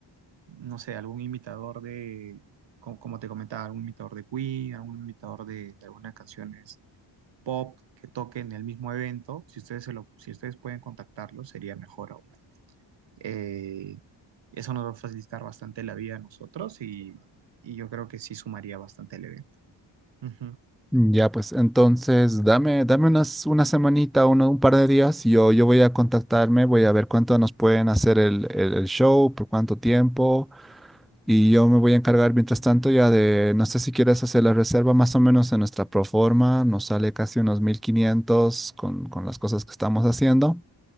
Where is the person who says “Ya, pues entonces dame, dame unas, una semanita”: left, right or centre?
Centre